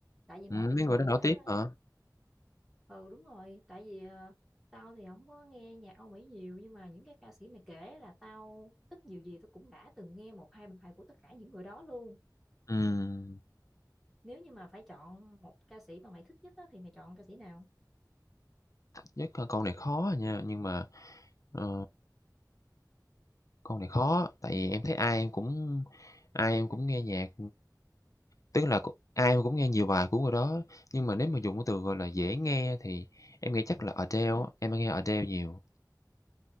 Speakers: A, in the centre; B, on the left.
A: tại vì
B: Ừm,
A: mỗi một
B: mấy người
A: người
B: đó nổi
A: á
B: tiếng hả
A: ừ đúng rồi tại vì ờ, tao thì không có nghe nhạc Âu Mỹ nhiều nhưng mà những cái ca sĩ mày kể là tao ít nhiều gì tao cũng đã từng nghe một hai bài của tất cả những người đó luôn
B: Ừm,
A: nếu như mà phải chọn một ca sĩ mà mày thích nhất á thì mày chọn ca sĩ nào
B: nhất là câu này khó à nha, nhưng mà Ờ, câu này khó, tại vì em thấy ai em cũng ai em cũng nghe nhạc, tức là cũng ai em cũng nghe nhiều bài của người đó, nhưng mà nếu mà dùng cái từ, gọi là, dễ nghe thì em nghĩ chắc là Adele á, em hay nghe Adele nhiều.